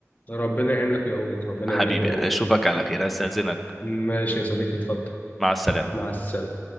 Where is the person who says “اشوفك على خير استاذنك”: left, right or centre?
Centre